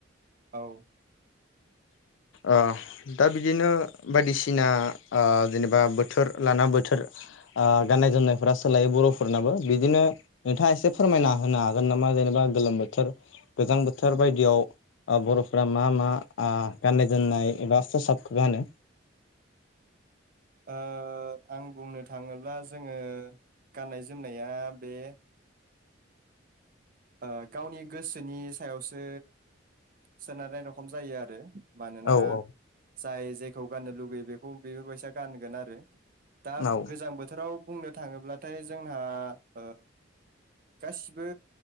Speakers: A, on the right; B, on the left.
A: औ
B: ओ दा बिदिनो बायदिसि सिना ओ जेनेबा बोथोर लाना बोथोर ओ गाननाय जोमनायफोरा सोलायो बर'फोरनाबो बिदिनो नोंथाङा एसे फोरमायना होनो हागोन नामा जेनेबा गोलोम बोथोर गोजां बोथोर बायदियाव ओ बर'फोरा मा मा आ गाननाय जोमनाय एबा खसाब गानो?
A: ओ आं बुंनो थाङोब्ला जोङो गाननाय जोमनाया बे ओ गावनि गोसोनि सायावसो सोनारनाय रखम जायो आरो। मानोना
B: औ औ
A: जाय जायखौ गाननो लुुबैयो बेखौ बेफोरबायसा गानगोन आरो। दा
B: औ
A: गोजां बोथोराव बुंनो थाङोब्लाथाय जोंहा ओ गासिबो